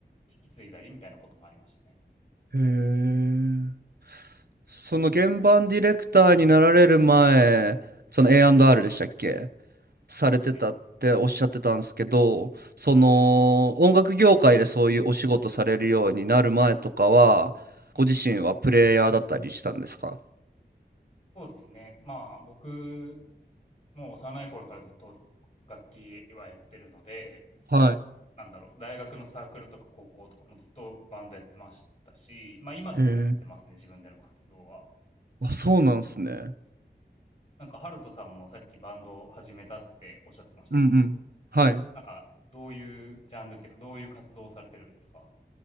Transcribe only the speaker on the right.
へえ。その原版ディレクターになられる前、その A&R でしたっけされてたっておっしゃってたんですけど、
その音楽業界でそういうお仕事されるようになる前とかは、ご自身はプレイヤーだったりしたんですか
は
い。へえ。
あ、そうなんですね。
うんうん。はい。